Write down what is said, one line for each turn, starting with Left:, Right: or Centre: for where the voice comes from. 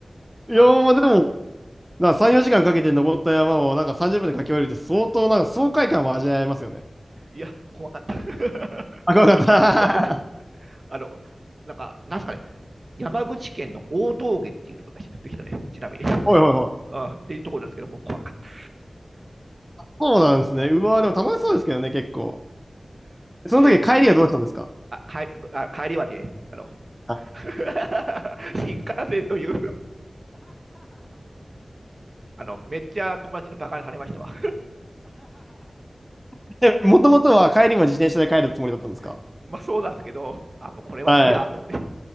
Centre: いやー、
Right: あの、
Centre: まあでも、なんか3、4時間かけて登った山をなんか30分で駆け下りるって相当なんか爽快感も味わえますよね。
Right: いや、怖かった。<laughs>
Centre: あ、怖かった。
Right: 怖かった。
Centre: <laughs>
Right: あの、なんか、なんすかね、山口県の大峠っていうところができたね、ちなみに。<laughs>
Centre: ほいほいほい。
Right: あっていうところなんですけど、もう怖かった。
Centre: そうなんですね。うわー、でも楽しそうですけどね、結構。
Right: <laughs> で、
Centre: その時帰りはどうしたんですか
Right: あ帰あ帰りはね、あの
Centre: は
Right: <laughs> 新幹線というあの、めっちゃ友達にバカにされましたわ。
Centre: い <laughs> で、もともとは帰りも自転車で帰るつもりだったんですか
Right: <laughs> まあそうなんですけど、あ、もうこれはいいやと思って。
Centre: はい。い